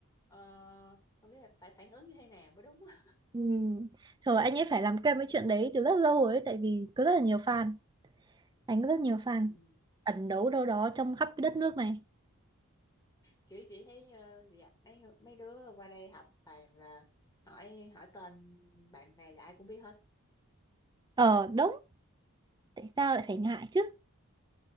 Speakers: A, on the left; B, on the right.
A: ờ, không biết là phải phản ứng như thế nào mới đúng á
B: ừ trời anh ấy phải làm quen với chuyện đấy từ rất lâu rồi ấy tại vì có rất là nhiều fan anh có rất nhiều fan
A: ừ.
B: ẩn đấu đâu đó trong khắp cái đất nước này
A: kiểu chị thấy ờ, dạ, mấy mấy đứa qua đây học toàn là hỏi hỏi tên bạn này là ai cũng biết hết
B: ờ đúng tại sao lại phải ngại chứ